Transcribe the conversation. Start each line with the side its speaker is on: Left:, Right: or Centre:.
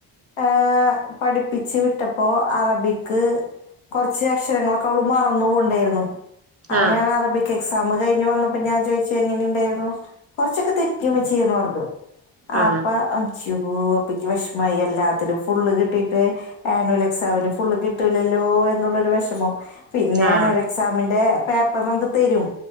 Left: ആഹ് പഠിപ്പിച്ച് വിട്ടപ്പോ അറബിക്ക് കുറച്ച് അക്ഷരങ്ങളൊക്കെ അവള് മറന്നു പോണ്ടെരുന്നു അവ
Right: ആഹ്
Left: ഞാനാ അറബിക് എക്സാം കഴിഞ്ഞ് വന്നപ്പോ ഞാൻ ചോയ്ച്ചു എങ്ങനെണ്ടേരുന്നു കുറച്ചൊക്കെ തെറ്റി മ്മച്ചിയെ പറഞ്ഞു
Right: ആഹ്
Left: അപ്പോ അയ്ച്യോ അപ്പക്ക് വിഷമമായി എല്ലാത്തിലും ഫുള്ള് കിട്ടിട്ട് ട്ട് ആനുവലെക്സാമിന് ഫുള് കിട്ടൂലാല്ലോ എന്നുള്ളോരു വെഷമം പിന്നെ
Right: ആഹ്
Left: ആനുവല് എക്സാമിന്റെ പേപ്പർ നമുക്ക് തരും